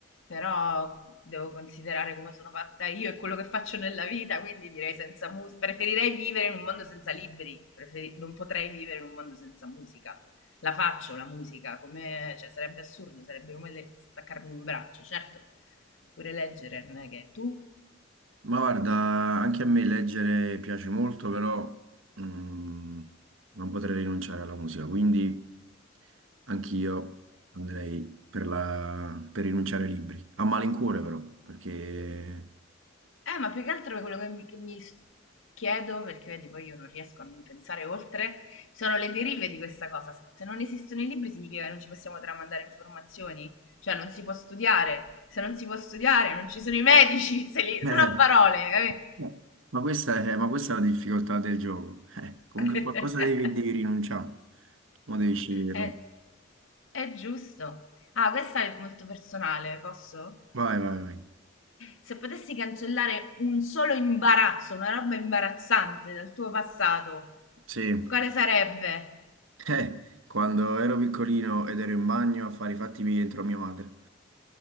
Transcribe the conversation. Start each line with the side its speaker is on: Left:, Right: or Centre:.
Left: però devo considerare come sono fatta io e quello che faccio nella vita, quindi direi senza musica. Preferirei vivere in un mondo senza libri, preferi- non potrei vivere in un mondo senza musica. La faccio la musica, come... cioè, sarebbe assurdo, sarebbe come le- staccarmi un braccio, certo, pure leggere, non è che tu?
Right: Ma guarda, anche a me leggere piace molto, però mm, non potrei rinunciare alla musica, quindi anch'io andrei per la- per rinunciare ai libri. A malincuore però, perché...
Left: Eh, ma più che altro quello che mi, che mi s- chiedo, perché vedi, poi io non riesco a non pensare oltre, sono le derive di questa cosa. Se non esistono i libri significa che non ci possiamo tramandare informazioni, cioè non si può studiare. Se non si può studiare, non ci sono i medici, <laughs> se li-
Right: <laughs> eh,
Left: sono a parole, capì?
Right: no. ma questa è, ma questa è la difficoltà del gioco. Eh, comunque
Left: <laughs>
Right: qualcosa devi, devi rinunciare, lo devi scegliere
Left: È,
Right: tu.
Left: è giusto. Ah, questa è molto personale, posso?
Right: Vai, vai, vai.
Left: Se potessi cancellare un solo imbarazzo, una roba imbarazzante dal tuo passato,
Right: Sì.
Left: quale sarebbe?
Right: Eh, quando ero piccolino ed ero in bagno a fare i fatti miei dentro a mia madre.